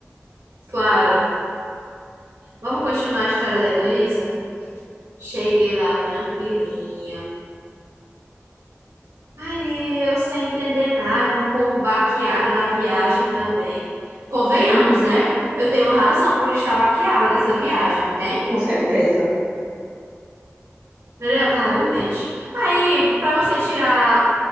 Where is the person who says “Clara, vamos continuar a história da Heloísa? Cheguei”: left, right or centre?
Right